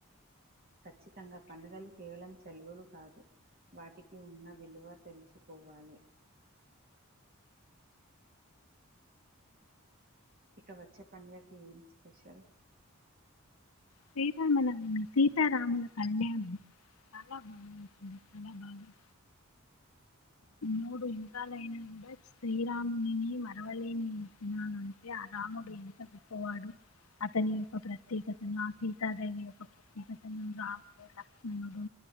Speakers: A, on the right (about 45°); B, on the left (about 85°).
A: ఖచ్చితంగా పండుగలు కేవలం సెలవులు కాదు వాటికి ఉన్న విలువ తెలుసుకోవాలి ఇక వచ్చే పంగకి ఏం స్పెషల్
B: శ్రీరాముల సీతాముల కళ్యాణం చాలా బాగుంది చాలా బాగాంది మూడు యుగాలయినా కూడా శ్రీరామునిని మరవలేని తిననుంటే ఆ రాముడు ఎంత గొప్పవాడు అతని యొక్క ప్రత్యేకతను సీతాదేవిని యొక్క ప్రత్యేకతను రాము లక్ష్మణుడు